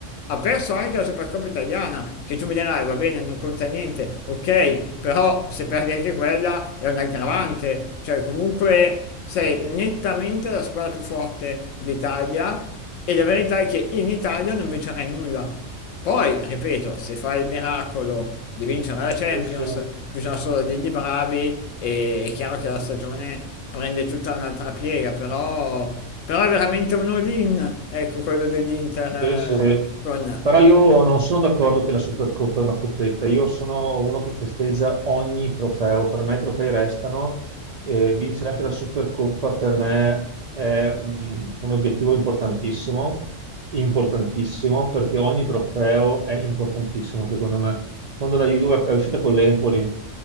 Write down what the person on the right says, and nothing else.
Sì, sì,
sì, sì.
Però io non sono d'accordo che la Supercoppa è una coppetta. Io sono uno che festeggia ogni trofeo. Per me i trofei restano E vincere anche la Supercoppa per me è un, un obiettivo importantissimo, importantissimo, perché ogni trofeo è importantissimo, secondo me. Quando la Juve è uscita con l'Empoli,